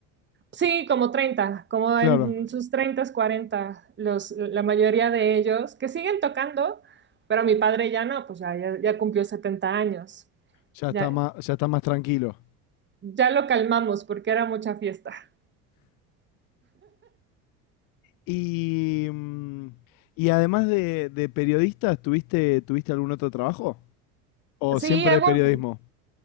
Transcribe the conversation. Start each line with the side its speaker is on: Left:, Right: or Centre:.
Right: Sí, como 30 como
Left: Claro,
Right: en sus 30, 40 los, la mayoría de ellos que siguen tocando, pero mi padre ya no, pues ya, ya, ya cumplió 70 años.
Left: ya
Right: Ya,
Left: está más, ya está más tranquilo.
Right: ya lo calmamos porque era mucha fiesta.
Left: Y, mm, y además de, de periodista, ¿tuviste, tuviste algún otro trabajo? ¿O
Right: Sí,
Left: siempre
Right: hago,
Left: periodismo?